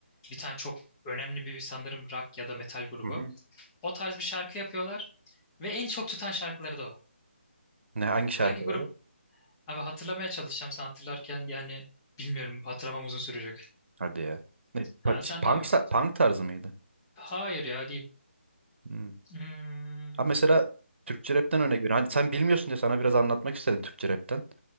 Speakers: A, on the left (about 20°); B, on the right (about 65°).
A: Bir tane çok önemli bir sanırım rock ya da metal grubu.
B: Hı hı.
A: O tarz bir şarkı yapıyorlar ve en çok tutan şarkıları da o.
B: Ne hangi şarkıları?
A: Hangi grup? Abi hatırlamaya çalışacağım sen hatırlarken yani bilmiyorum hatırlamam uzun sürecek.
B: Hadi ya. Ne, pa-
A: Ha, sen
B: şey, punk,
A: devam et.
B: sa- punk tarzı mıydı?
A: Hayır ya değil.
B: Hmm.
A: Hmm,
B: Ha mesela Türkçe rapten örnek veriyorum. Hani sen bilmiyorsun diye sana biraz anlatmak istedim Türkçe rapten.